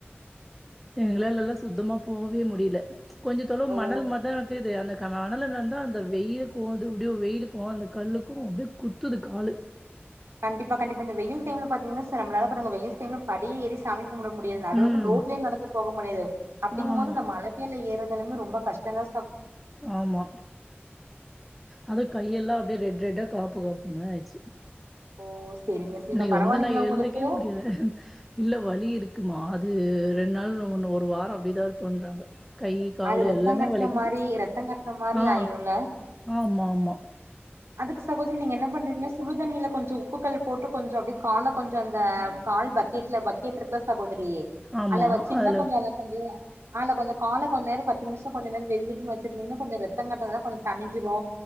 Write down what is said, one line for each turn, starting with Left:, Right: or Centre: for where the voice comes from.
Centre: எங்களால்லா சுத்தமா போவே முடியல கொஞ்ச தொளவு
Right: ஓ
Centre: மணல் மதோ ஆக்குது அத மணல்ல நடந்தா அந்த வெயிலுக்கு அது அப்டியோ வெயிலுக்கு அந்த கல்லுக்கு அப்டியே குத்துது காலு
Right: கண்டிப்பா கண்டிப்பா இந்த வெயில் டைம்ல பாத்தீங்கன்னா செல நம்மளால பாருங்க வெயில் டைம்ல படியே எரி சாமிக் கும்ட முடியாது நடு
Centre: ம்
Right: ரோட்ல ரோட்லயே நடந்து போக முடியாது அப்டிங்கும்
Centre: ஆமா
Right: போது அந்த மல மேல ஏறது இதுலருந்து ரொம்ப கஷ்டோந்தா
Centre: ஆமா அதுவு கையெல்லா அப்டியே ரெட் ரெட்டா காப்பு காப்புனே ஆயிச்சு
Right: ஓ சரிங்க சார்.
Centre: இன்னைக்கு
Right: இப்ப பரவாயில்லைங்களா
Centre: வந்து நா எழுந்துருக்கவே
Right: உங்களுக்கு
Centre: முடியாது இல்ல வலி இருக்குமா அது அது ரெண்டு நாள் ஒன்னு ஒரு வாரோ அப்டிதா இருக்குன்றாங்க கையி காலு
Right: அது ரத்தம்
Centre: எல்லாமே
Right: கட்ன
Centre: வலிக்குது
Right: மாரி ரத்தம் கட்ன மாரி
Centre: ஆ
Right: ஆயிரும்ல
Centre: ஆமாம்மா
Right: அதுக்கு சகோதரி நீங்க என்ன பண்றீங்கன்னா சுடுதண்ணியில கொஞ்சோ உப்புக்கல் போட்டு கொஞ்சோ அப்டியே கால கொஞ்ச அந்த கால் பக்கெட்ல பக்கெட் இருக்குல சகோத செரி
Centre: ஆமா
Right: அல்ல வச்சீங்னா
Centre: அதுல
Right: கொஞ்ச அல்ல கொஞ்ச அல்ல கொஞ்ச கால கொஞ் நேர பத்து நிம்ஷ கொஞ்ச நேர வெது வெதுன்னு வச்சிருந்தீங்னா கொஞ்ச ரெத்தங் கட்றதுலா கொஞ்ச தனிஞ்சிரு